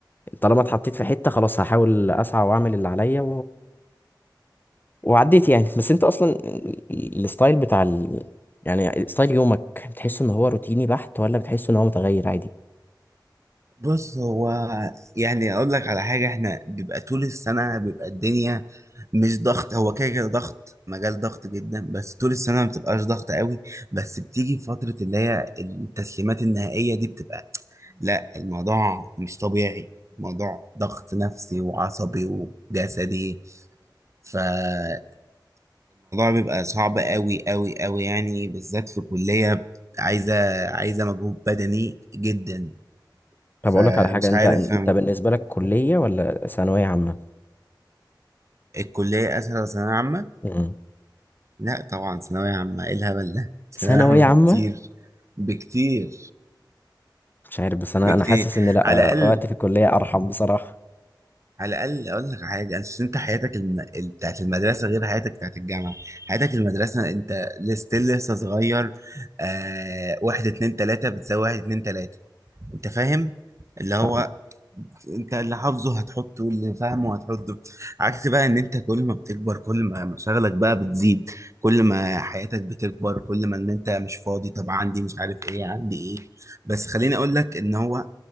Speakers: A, on the left (about 25°); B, on the right (about 40°).
A: طالما اتحطيت في حته خلاص هحاول اسعى واعمل اللي عليا وعديت يعني بس انت اصلا الستايل بتاع ال... يعني ستايل يومك بتحس ان هو روتيني بحت ولا بتحس ان هو متغير عادي
B: بص هو يعني اقول لك على حاجه احنا بيبقى طول السنه بيبقى الدنيا مش ضغط هو كده كده ضغط مجال ضغط جدا بس طول السنه ما بتبقاش ضغط قوي بس بتيجي فتره اللي هي التسليمات النهائيه دي بتبقى لا الموضوع مش طبيعي موضوع ضغط نفسي وعصبي وجسدي فالموضوع بيبقى صعب قوي قوي قوي يعني بالذات في كليه عايزه عايزه مجهود بدني جدا
A: طب
B: فمش
A: اقول لك على حاجه انت
B: عارف
A: انت بالنسبه لك كليه ولا ثانويه عامه
B: الكلية أسهل ولا ثانوية عامة؟
A: مم.
B: لا طبعا ثانوية عامة إيه الهبل ده؟ ثانوية
A: ثانويه
B: عامة
A: عامه
B: بكتير بكتير
A: مش عارف بس انا
B: بكتير
A: انا حاسس ان لا
B: على الأقل
A: وقتي في الكليه ارحم بصراحه
B: على الأقل أقول لك حاجة أنت أنت حياتك الم... ال- بتاعت المدرسة غير حياتك بتاعت الجامعة حياتك المدرسة أنت لستيل لسه صغير آه... واحد اتنين تلاتة بتساوي واحد اتنين تلاتة أنت فاهم؟ اللي
A: فاهم
B: هو انت اللي حافظه هتحطه واللي فاهمه هتحطه عكس بقى ان انت كل ما بتكبر كل ما مشاغلك بقى بتزيد كل ما حياتك بتكبر كل ما ان انت مش فاضي طب عندي مش عارف ايه عندي ايه بس خليني اقول لك ان هو